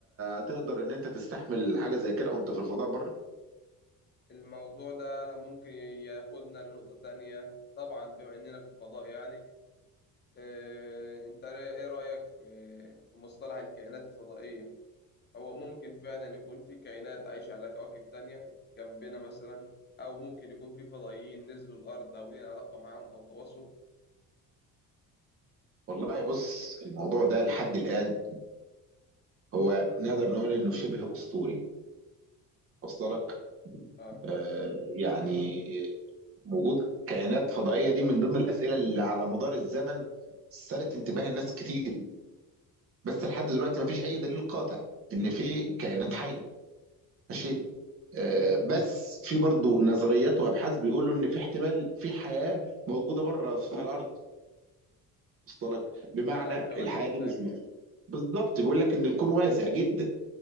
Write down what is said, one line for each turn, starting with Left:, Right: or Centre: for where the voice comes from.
Right: هتقدر ان انت تستحمل حاجه زي كده وانت في الفضاء بره
Left: الموضوع ده ممكن ياخدنا لنقطه تانية طبعا بما اننا في الفضاء يعني آه، انت ايه رايك في في مصطلح الكائنات الفضائيه هو ممكن فعلا يكون في كائنات عايشه على كواكب تانية جنبنا مثلا او ممكن يكون في فضائيين نزلوا الارض او لينا علاقه معاهم او تواصل
Right: والله بص الموضوع ده لحد الان هو نقدر نقول انه شبه اسطوري وصل لك
Left: آه،
Right: آه يعني وجود كائنات فضائيه دي من ضمن الاسئله اللي على مدار الزمن سارت انتباه الناس كتير بس لحد دلوقتي ما فيش اي دليل قاطع ان في كائنات حيه ماشي آه بس في برضو نظريات وابحاث بيقولوا ان في احتمال في حياه موجوده بره سطح الارض وصل لك بمعنى
Left: على الكواكب
Right: الحياه
Left: التانية
Right: دي مش مش-
Left: يعني
Right: بالظبط بيقول لك ان الكون واسع جدا